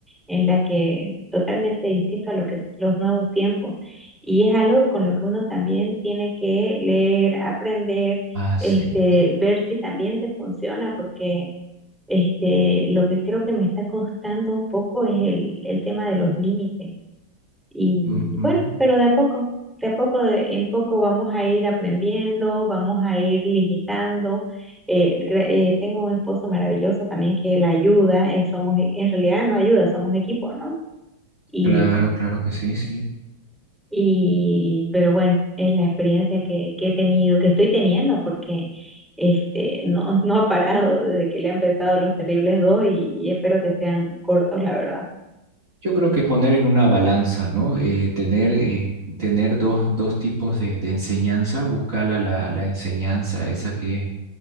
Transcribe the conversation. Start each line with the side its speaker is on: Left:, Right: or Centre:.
Centre: En la que totalmente distinto a lo que es los nuevos tiempos. Y es algo con lo que uno también tiene que leer, aprender,
Right: hace.
Centre: este, ver si también te funciona, porque este, lo que creo que me está costando un poco es el, el tema de los límites y
Right: ujú.
Centre: bueno, pero de a poco, de a poco, de- en poco vamos a ir aprendiendo, vamos a ir limitando. Eh, gra- eh, tengo un esposo maravilloso también que la ayuda, eh, somos, e- en realidad no ayuda, somos equipo, ¿no? Y,
Right: Claro, claro que sí, sí.
Centre: y, pero bueno, es la experiencia que, que he tenido, que estoy teniendo, porque este, no, <laughs> no ha parado desde que le han empezado los terribles dos y y espero que sean cortos, la verdad.
Right: Yo creo que poner en una balanza, ¿no? Eh, tener eh, tener dos, dos tipos de, de enseñanza, buscar la, la, la enseñanza, esa que